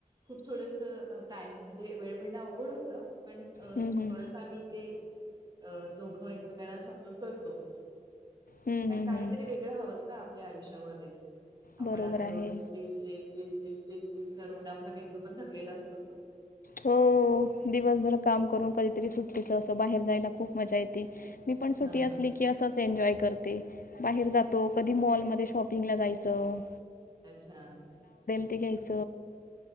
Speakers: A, on the right; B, on the left.
A: खूप थोडस टाईम म्हणजे वेळ मिळणं अवघड होतं पण अ
B: हम्म हम्म.
A: थोडस आम्ही ते ते अ दोघं एकमेकांना समजून करतो.
B: हम्म
A: आणि
B: हम्म
A: काहीतरी
B: हम्म
A: वेगळं हवंच ना आपल्या आयुष्यामध्ये आपण
B: बरोबर
A: आपलं
B: आहे.
A: रोजच तेस तेस तेस तेस तेस तेस करून आपला मेंदू पण थकलेला असतो.
B: हो दिवसभर काम करून कधीतरी सुट्टीच असं बाहेर जायला खूप मजा येते. मी पण सुटी
A: हां.
B: असली की असंच एन्जॉय रते बाहेर जातो. कधी मॉल मध्ये शॉपिंगला जायचं.
A: अच्छा
B: घ्यायच